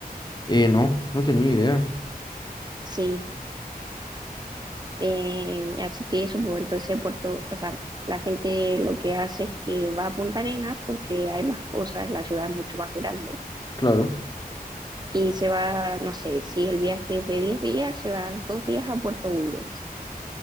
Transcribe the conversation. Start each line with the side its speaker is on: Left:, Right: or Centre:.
Left: Eh, no, no tenía idea.
Right: Sí. Eh, así que eso, pues entonces Puerto, o sea, la gente lo que hace es que va a Punta Arenas porque hay más cosas, la ciudad es mucho más grande.
Left: Claro.
Right: Y se va, no sé, si el viaje es de 10 días, se va dos días a Puerto Williams.